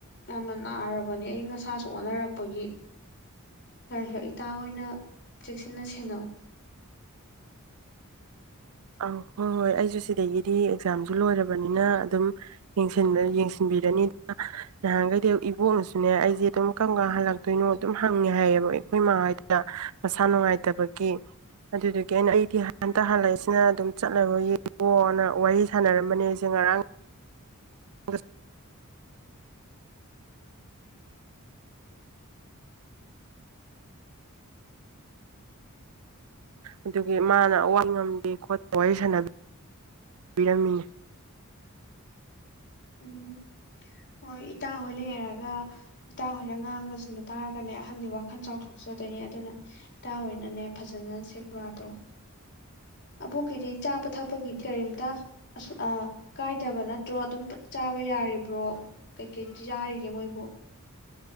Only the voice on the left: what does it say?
ꯌꯥꯝꯅ ꯅꯥꯔꯕꯅꯤ ꯑꯏꯪ ꯑꯁꯥꯁꯨ ꯑꯣꯟꯅꯔꯛꯄꯒꯤ ꯈꯔ ꯈꯔ ꯏꯇꯥ ꯍꯣꯏꯅ ꯆꯦꯛꯁꯤꯟꯅ ꯁꯦꯟꯅꯧ
ꯎꯝ ꯍꯣꯏ ꯏꯇꯥꯡ ꯍꯣꯏ ꯂꯩꯔꯒ ꯏꯇꯥꯥꯎ ꯍꯣꯏꯅ ꯉꯥꯡꯕꯁꯤꯡꯗꯨ ꯇꯥꯔꯒꯅꯦ ꯑꯍꯟꯗꯤ ꯋꯥꯈꯜ ꯆꯥꯎꯊꯣꯛ ꯆꯗꯣꯏꯅꯦ ꯑꯗꯨꯅ ꯏꯇꯥ ꯍꯅꯅꯦ ꯐꯖꯅ ꯁꯦꯕꯥꯗꯣ
ꯑꯕꯣꯛꯀꯤꯗꯤ ꯆꯥꯕ ꯊꯛꯄꯒꯤꯗꯤ ꯀꯔꯤꯝꯇ ꯑꯁ ꯑ ꯀꯥꯏꯗꯕ ꯅꯠꯇ꯭ꯔꯣ ꯑꯗꯨꯝ ꯆꯥꯕ ꯌꯥꯔꯤꯕ꯭ꯔꯣ ꯀꯩꯀꯩꯤ ꯌꯥꯥꯔꯤꯒꯦ ꯃꯣꯏꯕꯨ